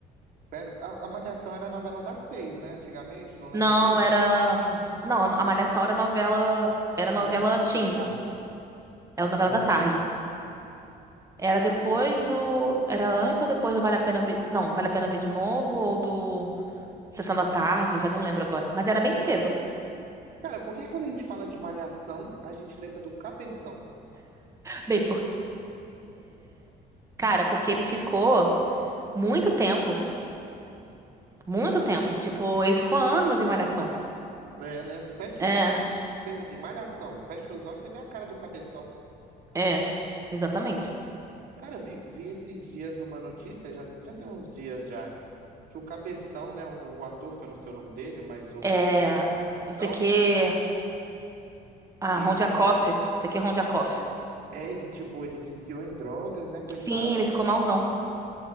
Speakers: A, on the right; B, on the right.
A: Sério? A, a Malhação era a novela das seis, né? Antigamente, não lembro
B: Não,
A: muito.
B: era. Não, a Malhação era novela. Era novela
A: Ou era tipo
B: teen.
A: de tarde?
B: Era novela
A: Aham.
B: da tarde. Era depois do. Era antes ou depois do Vale a Pena Ver. Não, Vale a Pena Ver de novo ou do Sessão da Tarde, já não lembro agora. Mas era bem cedo.
A: Cara, por que quando a gente fala de Malhação, a gente lembra do Cabeção?
B: Bem, porque. Cara, porque ele ficou muito tempo. Muito tempo. Tipo, ele ficou anos em Malhação.
A: É, né? Fecha
B: É,
A: os olhos, pensa assim, Malhação. Fecha os olhos, você vê a cara do Cabeção.
B: é. Exatamente.
A: Cara, vi, vi esses dias uma notícia, já, já tem uns dias já, que o Cabeção, né, o ator, que eu não sei o nome dele, mas o
B: É.
A: que interpretava o Cabeção,
B: Não sei o que. Ah,
A: ele
B: Ron Jacoff. Não sei o que, Ron Jacoff.
A: é, ele, tipo, ele viciou em drogas, né, coitado.
B: Sim, ele ficou
A: tá?
B: mauzão.